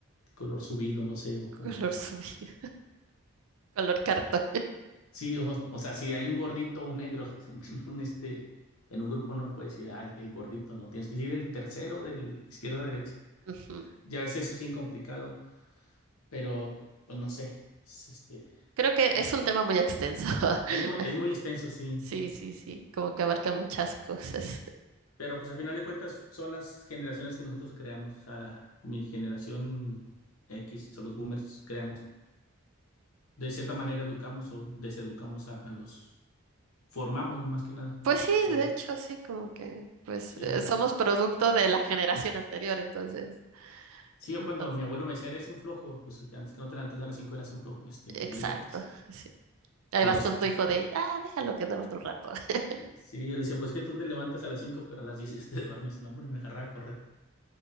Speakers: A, on the left; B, on the right.
A: color subido, no sé, o, o
B: color
A: el-
B: subido, <laughs> color cartón.
A: sí, o, o sea, si hay un gordito o un negro <laughs> en un este en un grupo no puedes decir ah, el, el gordito, no, tienes que decir el tercero del izquierda a derecha.
B: <laughs>
A: Ya a veces eso es bien complicado, pero pues no sé, es este
B: Creo que
A: es,
B: es un tema muy extenso. <laughs>
A: es muy es muy extenso, sí.
B: Sí, sí, sí, como que abarca muchas cosas.
A: Pero pues a final de cuentas son las generaciones que nosotros creamos. O sea, mi generación X o los boomers creamos. De cierta manera educamos o deseducamos a, a los, formamos más que nada.
B: Pues sí,
A: O
B: de
A: de-
B: hecho, sí, como que pues
A: sí.
B: eh, somos producto de la generación anterior, entonces,
A: Sí,
B: entonces,
A: yo cuando mi abuelo me decía, eres un flojo, pues que antes que no te levantas a las 5 eras un flojo. Este,
B: exacto,
A: yo le decía, pues,
B: sí. Ahí
A: yo
B: vas
A: le decía,
B: con tu
A: pues,
B: hijo de, ah, déjalo que duerma otro rato. <laughs>
A: sí, yo le decía, pues que tú te levantas a las 5 pero a las 10 ya te <laughs> duermes. Y no, hombre, me agarraba a correr.